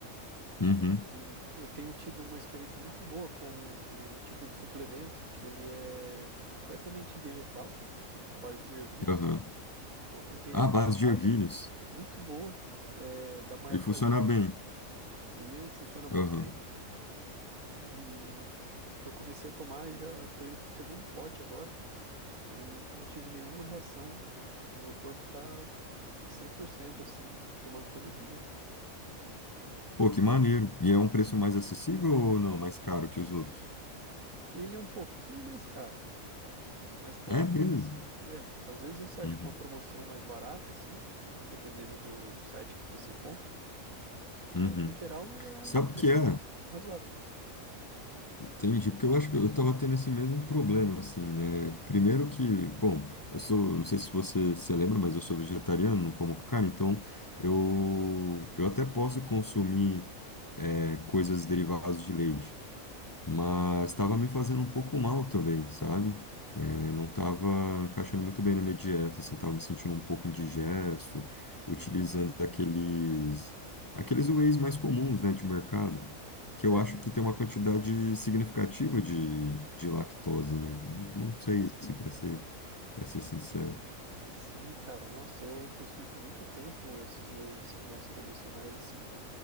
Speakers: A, on the left; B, on the right.
A: Uhum,
B: E eu tenho tido uma experiência muito boa com um tipo de suplemento que ele é completamente vegetal, à base de ervilhas,
A: aham.
B: uma proteína
A: Ah, base
B: isolada,
A: de ervilhas.
B: muito boa, é, da marca
A: E funciona
B: Dux.
A: bem.
B: E ele funciona muito
A: Aham.
B: bem. E eu comecei a tomar, já estou indo para o segundo pote agora e não tive nenhuma reação. O meu corpo está 100% assim, tô tomando todo dia.
A: Pô, que maneiro. E é um preço mais acessível ou não? Mais caro que os outros?
B: Ele é um pouquinho mais caro. Mas pouca
A: É mesmo?
B: coisa assim. É, às vezes você acha
A: Uhum.
B: uma promoção mais barata, assim, dependendo do, do site que você compra.
A: Uhum.
B: Mas no geral é um
A: Sabe
B: preço
A: o que é?
B: razoável.
A: Entendi, porque eu acho que eu estava tendo esse mesmo problema, assim, né? Primeiro que, bom, eu sou, não sei se você se lembra, mas eu sou vegetariano, não como carne, então eu, eu até posso consumir é, coisas derivadas de leite. mas estava me fazendo um pouco mal também, sabe? É, não estava encaixando muito bem na minha dieta, assim, estava me sentindo um pouco indigesto, utilizando aqueles, aqueles wheys mais comuns, né, de mercado, que
B: Certo.
A: eu acho que tem uma quantidade significativa de, de lactose, né? Não, não sei, assim, para ser, para ser sincero.
B: Sim, cara, nossa, eu consumi por muito tempo esses wheys mais convencionais, assim.